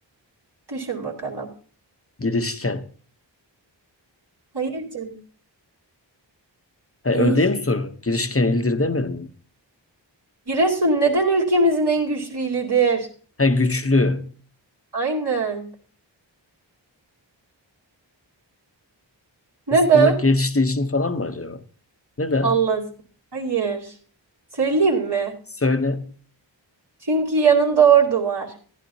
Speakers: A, on the right; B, on the left.
A: Düşün bakalım.
B: Girişken.
A: Hayır canım.
B: Ha,
A: Değil.
B: öyle değil mi soru? Girişken ildir demedim mi?
A: Giresun neden ülkemizin en güçlü ilidir?
B: Ha, güçlü.
A: Aynen. Neden?
B: Ispanak geliştiği için falan mı acaba? Neden?
A: Allah. Hayır. Söyleyeyim mi?
B: Söyle.
A: Çünkü yanında ordu var.